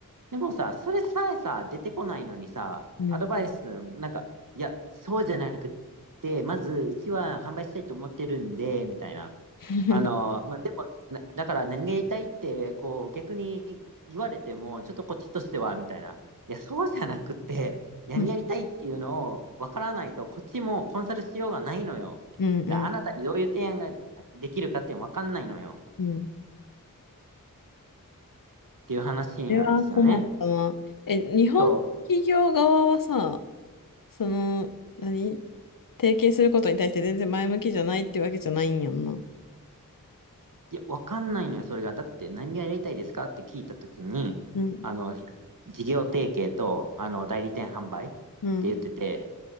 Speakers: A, on the right (about 70°); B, on the left (about 70°).
A: でもさ、それさえさ、出てこないのにさ、
B: うん。
A: アドバイス、なんか、いや、そうじゃなくて、まず、うちは販売したいと思ってるんで、みたいな。
B: <laughs>
A: あの、まあ、でも、なだから何がやりたいって、こう、逆に言われても、ちょっとこっちとしては、みたいな。いや、そうじゃなくて、何やりたいっていうのを分からないと、
B: うん、
A: こっちもコンサルしようがないのよ。
B: うん、
A: だあなたにどういう提案ができるかって分かんないのよ。
B: うん。
A: っていう話なんですよね。
B: それは困ったな。え、日本企業側はさ、
A: そう。
B: その、何提携することに対して全然前向きじゃないってわけじゃないんやんな。
A: いや、わかんないのよ、それが。だって、何がやりたいですかって聞いたときに、
B: うん、
A: あの、事業提携と、あの、代理店販売って言ってて、
B: うん。